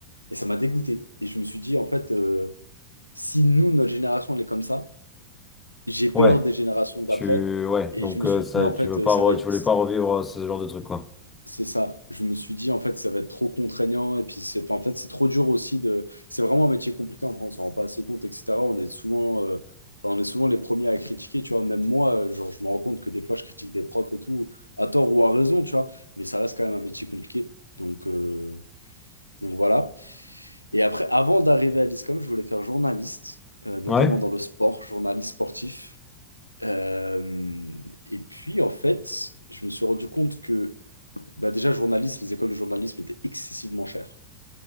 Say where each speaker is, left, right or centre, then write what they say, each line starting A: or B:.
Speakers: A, on the left; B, on the left.
A: Et ça m'a dégoûté. Et je me suis dit, en fait, euh, si nous, notre génération, elle est comme ça, j'ai peur
B: ouais.
A: des générations d'après.
B: Tu, ouais.
A: Et
B: Donc
A: je me
B: euh,
A: suis
B: ça,
A: dit, en
B: tu
A: fait,
B: veux
A: euh,
B: pas,
A: ça
B: re-
A: va être,
B: tu voulais pas revivre euh, ce genre de truc, quoi.
A: C'est ça. Je me suis dit, en fait, ça va être trop contraignant. Et puis, c'est, enfin, en fait, c'est trop dur aussi de. C'est vraiment un métier compliqué en France. On ne rend pas assez compte, etc. On est souvent, euh, enfin, on est souvent les premiers à critiquer, tu vois. Même moi, euh, genre, je me rends compte que des fois, je critique des profs et tout, à tort ou à raison, tu vois. Mais ça reste quand même un métier compliqué. Donc, euh, donc voilà. Et après, avant d'arriver à l'ISCOM, je voulais faire journaliste, euh, notamment
B: Ouais.
A: dans le sport, journaliste sportif. Euh, et puis, en fait, je me suis rendu compte que bah déjà, journaliste, les écoles de journalisme étaient excessivement chères.